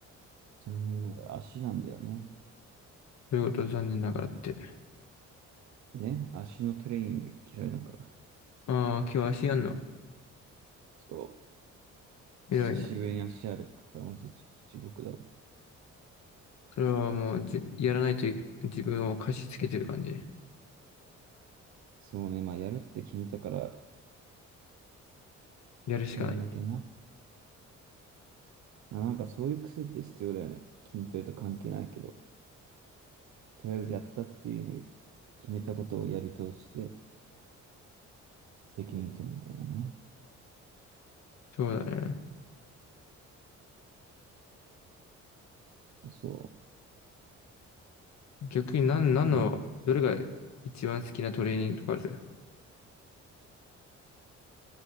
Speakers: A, on the right; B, on the left.
A: 残念ながら足なんだよね。
B: ということ残念ながらって。
A: え足のトレーニング嫌いだから。
B: ああ、今日足やんの
A: そう。
B: 偉いな。
A: 久しぶりに足あるから、マジでちょっと地獄だわ。
B: それはもうじ、やらないとい自分を貸し付けてる感じ。
A: そうね。まあ、やるって決めたから、
B: やるしかない。
A: やんなきゃな。まあ、なんかそういう癖って必要だよね。筋トレと関係ないけど、とりあえずやったっていう、決めたことをやり通して、責任取るみたいなね。
B: そうだね。
A: そ
B: 逆に何、何の、
A: う。まあ、
B: どれが一番好きなトレーニングとかある